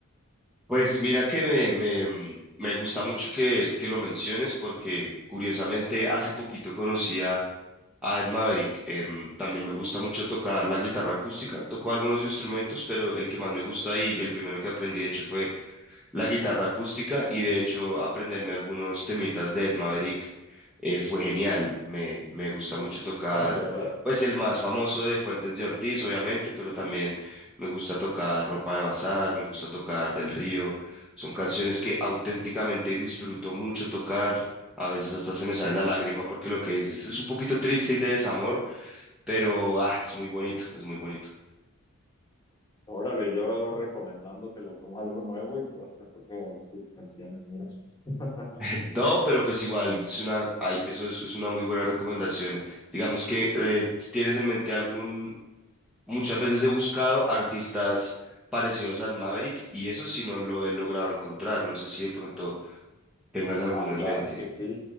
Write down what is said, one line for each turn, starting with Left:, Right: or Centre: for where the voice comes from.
Centre: Pues mira que me, me, mm, me gusta mucho que, que lo menciones porque curiosamente hace
Left: <laughs>
Centre: poquito conocí a, a Ed Maverick. Em, también me gusta mucho tocar la guitarra acústica. Toco algunos instrumentos, pero el que más me gusta y el primero que aprendí de hecho fue la guitarra acústica y de hecho aprenderme algunos temitas de Ed Maverick eh, fue genial. Me, me gusta mucho tocar,
Left: Ah, ¿de verdad?
Centre: pues el más famoso de Fuentes de Ortiz, obviamente, pero también me gusta tocar Ropa de Bazar, me gusta tocar Del Río. Son canciones que auténticamente disfruto mucho tocar. A veces hasta se me sale la lágrima porque lo que dices es un poquito triste y de desamor, pero ah, es muy bonito, es muy bonito.
Left: Órale, yo recomendándotelo como algo nuevo y tú hasta tocas tus canciones, mira. <laughs>
Centre: <laughs> No, pero pues igual, es una, ay, eso es, es una muy buena recomendación. Digamos que eh, tienes en mente algún, muchas veces he buscado artistas parecidos a Maverick y eso sí no lo he logrado encontrar. No sé si de pronto tengas alguno
Left: Ah, claro
Centre: en mente.
Left: que sí.